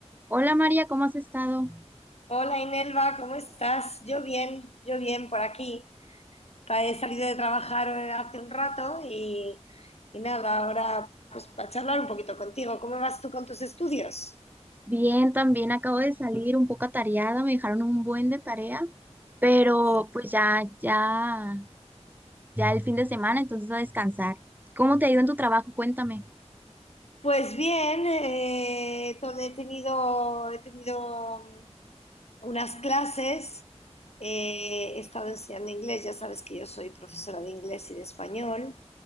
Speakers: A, on the right; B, on the left.
A: Hola María, ¿cómo has estado?
B: Hola Inelva, ¿cómo estás? Yo bien, yo bien por aquí. Tra- He salido de trabajar eh, hace un rato y, y nada, ahora pues para charlar un poquito contigo. ¿Cómo vas tú con tus estudios?
A: Bien, también acabo de salir un poco atareada, me dejaron un buen de tarea, pero
B: Sí.
A: pues ya, ya, ya el fin de semana, entonces a descansar. ¿Cómo te ha ido en tu trabajo? Cuéntame.
B: Pues bien, eh, to- he tenido, he tenido mm, unas clases, eh, he estado enseñando inglés, ya sabes que yo soy profesora de inglés y de español,